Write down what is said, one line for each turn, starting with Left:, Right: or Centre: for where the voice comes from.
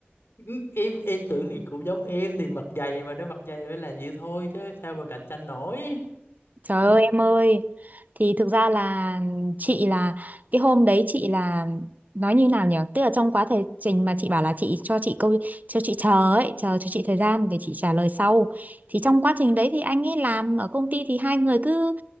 Left: ừ, em em tưởng thì cũng giống em thì mặt dày mà nó mặt dày phải làm vậy thôi chứ sao mà cạnh tranh nổi
Right: Trời
Left: ừ
Right: ơi em ơi Thì thực ra là chị là Cái hôm đấy chị là Nói như nào nhỉ Tức là trong quá thời trình mà chị bảo là chị cho chị câu Cho chị chờ ấy Chờ cho chị thời gian để chị trả lời sau Thì trong quá trình đấy thì anh ấy làm ở công ty Thì hai người cứ